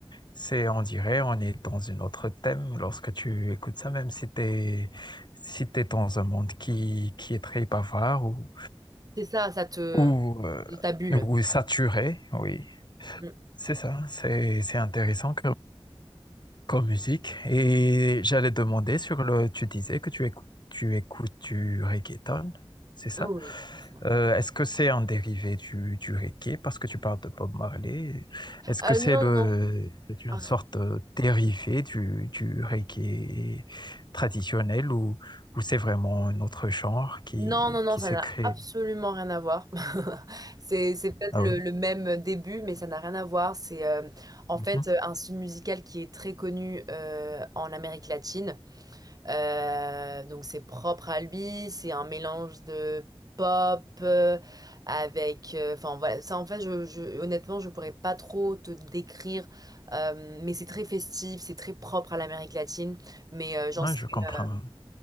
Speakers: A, on the left (about 45°); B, on the right (about 40°).
A: C'est, on dirait, on est dans une autre thème lorsque tu écoutes ça, même si t'es, si t'es dans un monde qui, qui est très bavard ou,
B: C'est ça, ça te...
A: ou, euh,
B: dans ta bulle.
A: ou saturé, oui.
B: Mm.
A: C'est ça, c'est, c'est intéressant comme musique. Et j'allais demander sur le. Tu disais que tu écoutes, tu écoutes du reggaeton, c'est ça?
B: Oui, c'est ça.
A: Euh, est-ce que c'est un dérivé du, du reggae? Parce que tu parles de Bob Marley. Est-ce
B: Euh,
A: que c'est
B: non,
A: le,
B: non.
A: c'est une
B: Ar-
A: sorte de dérivé du, du reggae traditionnel ou, ou c'est vraiment un autre genre qui,
B: Non, non, non,
A: qui
B: ça
A: s'est
B: n'a
A: créé?
B: absolument rien à voir. <laughs> C'est, c'est peut-être
A: Ah
B: le,
A: oui
B: le même début, mais ça n'a rien à voir. C'est euh, en
A: Mhm.
B: fait euh, un style musical qui est très connu euh, en Amérique latine. Euh, donc c'est propre à lui, c'est un mélange de pop euh, avec... euh, Enfin voilà, ça en fait, je, je- honnêtement, je pourrais pas trop te décrire, euh, mais c'est très festif, c'est très propre à l'Amérique latine, mais euh, j'en
A: Ouais,
B: serais
A: je comprends.
B: euh,